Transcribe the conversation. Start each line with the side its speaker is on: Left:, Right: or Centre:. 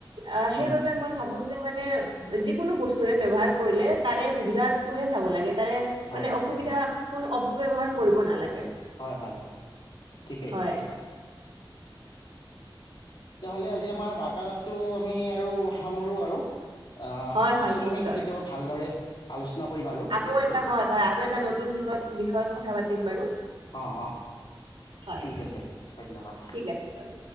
Right: অ'!
Left: হুম,
Right: সেইবাবে মই ভাবোঁ যে, মানে, যিকোনো বস্তুৰে ব্যৱহাৰ কৰিলে তাৰে সুবিধাটোহে চাব লাগে। তাৰে,
Left: হয়
Right: মানে অসুবিধা কোনো অপব্যৱহাৰ কৰিব নালাগে।
Left: হয়, হয়। ঠিকেই
Right: হয়।
Left: তেতিয়াাহ'লে আজি আমাৰ বাৰ্তালাপটো আমি আৰু সামৰোঁ আৰু। আঁ
Right: হয়
Left: পাছত
Right: হয় নিশ্চয়
Left: আমি কেতিয়াবা ভালদৰে আলোচনা কৰিম আৰু
Right: আকৌ
Left: বেছিকৈ
Right: এটা হয়, হয় আৰু এটা নতুন বি বিষয়ত কথা পাতিম বাৰু
Left: অঁ অঁ
Right: হয়,
Left: ঠিক আছে ধন্যবাদ
Right: ঠিক আছে বাৰু।